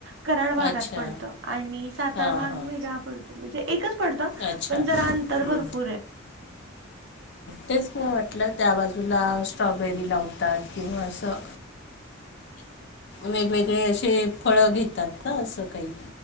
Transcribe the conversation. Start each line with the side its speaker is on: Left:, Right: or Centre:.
Right: कराड भागात
Left: अच्छा
Right: पडतं आणि सातार
Left: हां
Right: भाग
Left: हां
Right: वेगळा पडतो म्हणजे एकच पडत
Left: अच्छा
Right: पण जरा
Left: हम्म
Right: अंतर भरपूर आहे.
Left: तेच म वाटलं त्या बाजूला स्ट्रॉबेरी लावतात किंवा असं. वेगवेगळे असे फळ घेतात ना असं काही.